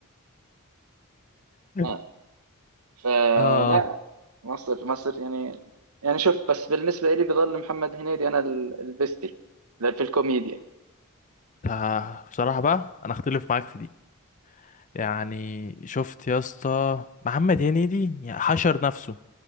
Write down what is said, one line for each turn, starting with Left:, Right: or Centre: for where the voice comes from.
Left: <laughs>
Right: <laughs> فلا
Left: اه
Right: مصر مصر يعني يعني شوف بس بالنسبة لي بظل محمد هنيدي أنا ال- البستي في الكوميديا
Left: آه بصراحة بقى أنا أختلف معاك في دي يعني شفت يا اسطى محمد هنيدي يعني حشر نفسه